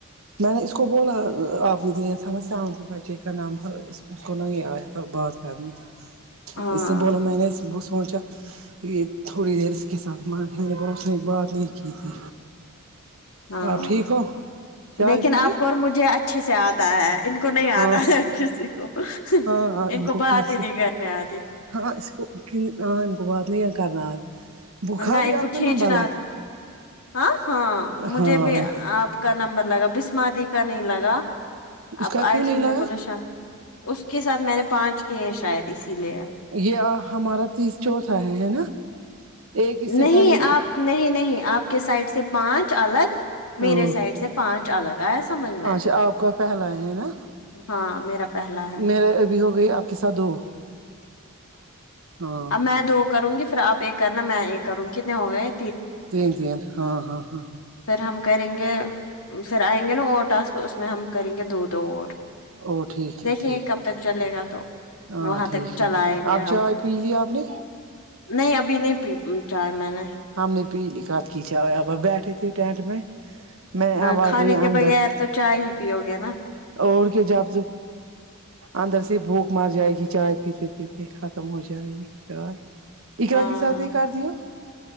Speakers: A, on the right; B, on the left.
A: میں نے اس کو بولا آپ نے دیا تھا نا سونٹھ بجے کا نمبر اس کو نہیں ایئ تھی بات کر نی
B: ہاں
A: اس سے بولیں میں نے سوچا یہ تھوڑی دیر اس کے ساتھ بات نہیں کی تھی
B: ہاں
A: آپ ٹھیک ہو چائے
B: لیکن
A: پی
B: آپ
A: لی
B: کو اور مجھے اچھے سے اتا ہے ان کو نہیں اتا
A: ہاں
B: کسی کو
A: ہاں ہاں
B: ان کو بات
A: کیسے
B: ہی نہیں کرنی اتی
A: ہاں اسکو انکو بات نہیں کرنا اتا بخاری
B: نہ ان کو
A: اپنا
B: کھینچنا
A: لمبا
B: آتا ہاں ہاں مجھے
A: ہاں
B: بھی
A: ہاں
B: اپ کا نمبر لگا بسما دی کا نہیں لگا
A: اس
B: اب
A: کا
B: اج
A: کیوں نہیں
B: ہم
A: لگا
B: نے بولے شام اس کے ساتھ میں نے پانچ کیے شاید اسی لیے
A: یہ ہمارا تیس چوتھا ہے ہے نا ایک اس سے
B: نہیں
A: پہلے
B: اپ نہیں نہیں اپ کے سائیڈ سے پانچ الگ
A: ہاں
B: میرے سائیڈ سے پانچ الگ ایا سمجھ میں
A: اچھا اپ کا پہلا ہے نا
B: ہاں میرا پہلا ہے
A: میرے ابھی ہو گئی اپ کے ساتھ دو ہاں
B: اب میں دو کروں گی پھر اپ ایک کرنا میں ایک اور کتنے ہو گئے
A: تین تین ہاں ہاں ہاں
B: پھر ہم کریں گے پھر ائیں گے نا اور ٹاسک اس میں ہم کریں گے دو دو اور
A: او ٹھیک
B: دیکھیں
A: ہے ٹھیک
B: کب تک چلے گا تو
A: ہاں
B: وہاں
A: ٹھیک
B: تک چلائیں
A: ہے ٹھیک
B: گے
A: آپ
B: ہم
A: چائے پی لی آپ نے
B: نہیں ابھی نہیں پی چائے میں نے
A: ہم نے پی لی کب کی جائے اپ ہم بیٹھے تھے ٹینٹ میں میں اب
B: کھانے
A: آ گئی
B: کے
A: اندر
B: بغیر تو چائے ہی پیؤ گے نا
A: اور کیا جب اندر سے بھوک مار جائے گی چائے پیتے پیتے ختم ہو جائے گی یار اقرا
B: ہاں
A: کے ساتھ نہیں کرتی ہو